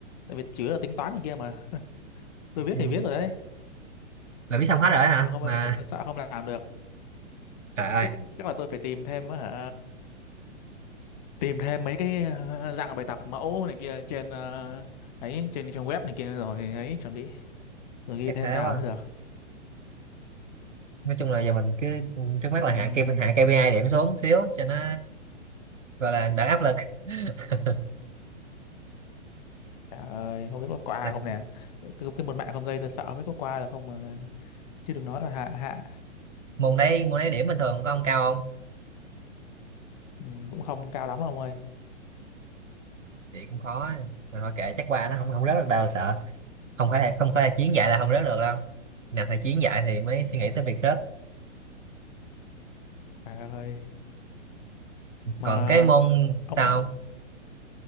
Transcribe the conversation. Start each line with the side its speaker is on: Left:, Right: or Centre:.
Left: tại vì chủ yếu là tính toán này kia mà <laughs> tôi viết
Right: Thì
Left: thì viết rồi đấy
Right: là viết xong hết rồi đó hả
Left: nhưng mà không
Right: mà
Left: sợ không làm được
Right: trời ơi
Left: chắc chắc là tôi phải tìm thêm á hả tìm thêm mấy cái ờ, dạng bài tập mẫu này kia trên ờ, ấy trên trang web này kia rồi ấy chuẩn bị rồi ghi
Right: chắc
Left: thêm
Right: thế
Left: vào
Right: quá
Left: mới được
Right: nói chung là giờ mình cứ trước mắt
Left: Ừm,
Right: là hạ KPI, hạ KPI điểm xuống xíu cho nó gọi là đỡ áp lực <laughs>
Left: trời ơi không biết có qua
Right: Là
Left: không nè cái, cái môn mạng không dây tôi sợ không biết có qua được không mà chứ đừng nói là hạ hạ
Right: môn đấy môn đấy điểm bình thường có ông cao không
Left: Ừ, cũng không cao lắm đâu ông ơi.
Right: thì cũng khó mà thôi kệ chắc qua nó không không rớt được đâu sợ không phải không phải là chiến dạy là không rớt được đâu nào thầy chiến dạy thì mới suy nghĩ tới việc rớt
Left: Trời ơi. Mà
Right: còn cái môn
Left: ông
Right: sau